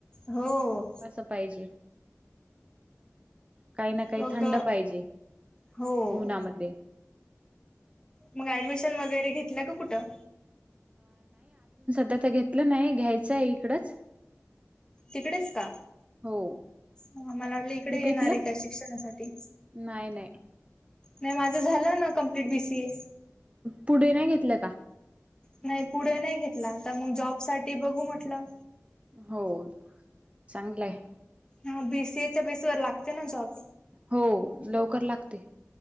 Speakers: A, on the left; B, on the right.
A: हो
B: अस पाहिजे. काही ना काही
A: मग
B: थंड पाहिजे
A: हो
B: उन्हामध्ये.
A: मग ऍडमिशन वगैरे घेतलं का कुठं.
B: आता त घेतलं नाही घ्यायचं आहे इकडंच.
A: तिकडेच का.
B: हो
A: हा मला वाटलं इकडे
B: तू
A: येणार
B: घेतलं
A: आहे का शिक्षणासाठी.
B: नाही नाही
A: नाही माझं झालं ना कंप्लीट बी, सी, ए.
B: पुढे नाही घेतलं का.
A: नाही पुढे नाही घेतला आता मग जॉब साठी बघू म्हटलं.
B: हो चांगलंय.
A: हा बी, सी, ए च्या बेस वर लागते ना जॉब.
B: हो लवकर लागते.